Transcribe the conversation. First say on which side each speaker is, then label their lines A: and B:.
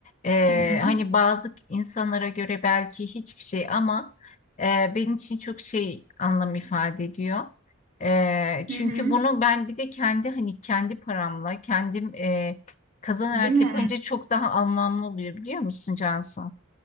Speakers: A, on the left (about 30°); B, on the right (about 40°).
A: E,
B: Hı hı.
A: hani bazı insanlara göre belki hiçbir şey ama e, benim için çok şey anlam ifade ediyor. E,
B: Hı
A: çünkü
B: hı.
A: bunu ben bir de kendi hani kendi paramla kendim e, kazanarak
B: Değil mi?
A: yapınca çok daha anlamlı oluyor biliyor musun Cansu?